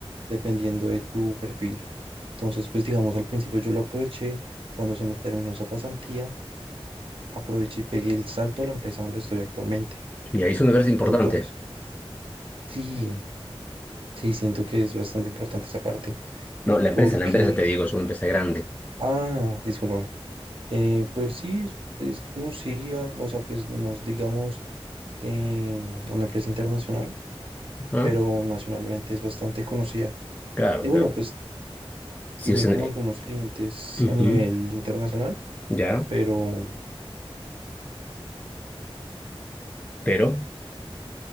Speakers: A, on the right (about 60°); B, on the left (about 15°).
A: dependiendo de tu perfil. Entonces, pues digamos, al principio yo lo aproveché, cuando se me terminó esa pasantía, aproveché y pegué el salto a la empresa donde estoy actualmente.
B: Y ahí es una empresa importante.
A: Entonces, sí, sí, siento que es bastante importante esa parte,
B: No, la empresa,
A: porque,
B: la empresa te digo, es una empresa grande.
A: ah, discúlpame, Eh, pues sí, es, es conocida o sea, pues nos digamos em, una empresa internacional,
B: Ajá.
A: pero nacionalmente es bastante conocida.
B: Claro,
A: Y bueno,
B: pero
A: pues
B: si
A: tiene
B: es
A: como
B: en...
A: algunos clientes
B: ujú.
A: a nivel internacional,
B: Ya,
A: pero,
B: pero,